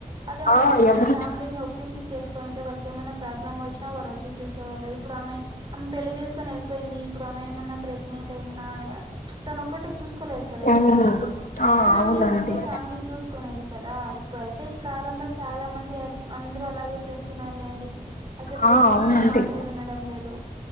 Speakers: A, on the right; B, on the left.
A: అదే వాళ్లేమన్న
B: ఆ ఎవరు
A: ఫ్యామిలీని
B: చ-
A: ఒప్ ప్పించి చేసుకోయింటే వాళ్ళకి ఏమన్న ప్రాబ్లం వచ్చినా వాళ్లొచ్చి చూసేవాళ్ళు. ఇప్పుడు ఆమె ఆమె పెళ్లి చేసుకొని ఎళ్ళిపోయింది ఇప్పుడు ఆమె ఏమన్నా ప్రెగ్నెంట్ అయినా తనొకటి చూస్ కోలేదు కదండి
B: ఉమ్, ఆ
A: ఫ్యామిలీ
B: అవునండి
A: వున్నింటే ఫ్యామిలీ చూస్ కునేది కదా ఇప్పుడు అయితే ఈ కాలంలో చాల మంది అల్ అందరూ అలాగే చేస్తున్నారులేండి. అసలు
B: ఆ
A: పేరెంట్స్
B: అవునండి
A: మాటే వినడం లేదు.